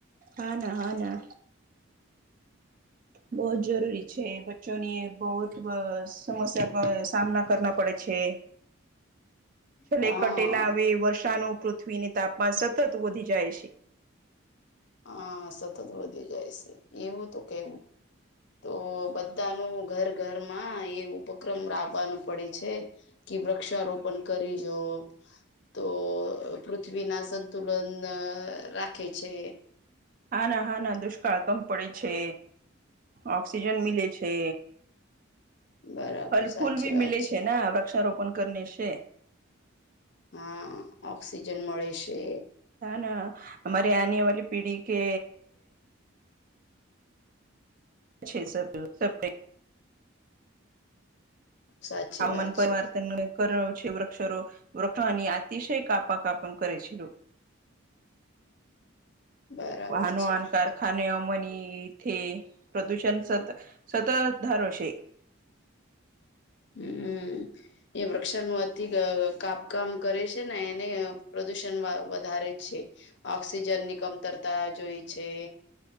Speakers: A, on the right (about 40°); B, on the left (about 55°).
A: હા ના હા ના બહુ જ જરૂરી છે જોની બહુ સમસ્યા ક સામના કરના પડે છે છેલ્લે
B: હા
A: કટેલા આવે વર્ષાનું પૃથ્વીની તાપમાન સતત વધી જાય છે
B: હા સતત વધી જાય છે એવું તો કેવું તો બધા ન ઘર ઘરમાં એ ઉપક્રમ લાવવાનું પડે છે કે વૃક્ષારોપણ કરી જો તો પૃથ્વી ના સંતુલન રાખે છે
A: હા ના હા ના દુષ્કાળ કમ પડે છે ઓક્સિજન મીમલે છે
B: બરાબર
A: ફલ
B: સાચી
A: ફૂલ ભી
B: વાત
A: મિલે છે ના વૃક્ષારોપણ કરને છે
B: હા ઓક્સિજન મળે છે
A: હા ના હમારે આને વાલી પીઢી કે અચ્છે સબ સબ ક
B: સાચી
A: હવામાન
B: વાત
A: પરિિવર્તન
B: છે
A: કરણ છે વૃક્ષારો વૃક્ષોની અતિશય કાપ કાપણ કરે છે
B: બરાબર
A: વાહનો
B: છે
A: વાહન કાર ખાનેઓ મની પ્રદૂષણ સત સતત ધારોશે
B: હમ એ વૃક્ષનું અતિ કાપકામ કરે છે ને એને પ્રદુષણ વધારે છે ઓક્સિજન ની કમતરતા જોઈ છે